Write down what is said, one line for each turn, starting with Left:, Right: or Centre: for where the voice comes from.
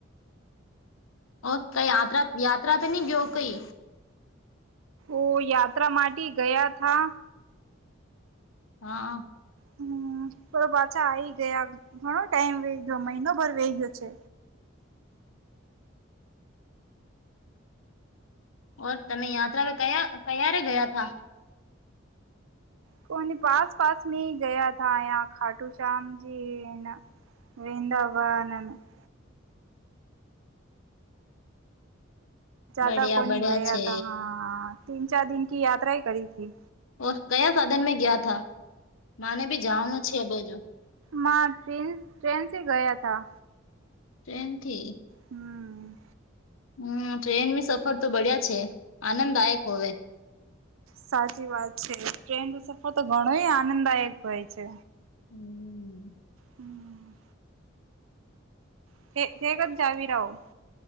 Left: ઓ ક‌ંઈ યાત્રા યાત્રા પે ની ગ્યો કઈ?
Right: ઓ યાત્રા માટી ગયા થા.
Left: હા.
Right: હમ પાછા આઈ ગયા ઘણો ટાઈમ વેઈ ગયો મહિનો ભર વેઈ ગયો છે.
Left: ઓર તમે યાત્રા કયા કયા રે ગયા થા.
Right: કો પાસ પાસ મે ગયા થા ખાટુ શ્યામજી. <unintelligible>
Left: બડિયા
Right: જદા કોને
Left: બડિયા
Right: ગયા
Left: છે
Right: તા હા તીન ચાર દિન કી યાત્રા કરી થી.
Left: ઓ કયા સાધન મે ગયા થા માને ભી જાનનું છેેબો જો.
Right: મા ટ્રેન ટ્રેન સે ગયા થા.
Left: ટ્રેન થી?
Right: હમ.
Left: હમ ટ્રેન ની સફર તો બડિયા છે આનંદદાયક હોવે.
Right: સાચી વાત છે ટ્રેન નો સફર તો ઘણો આનંદદાયક હોય છે.
Left: હમ.
Right: હમ. <unintelligible>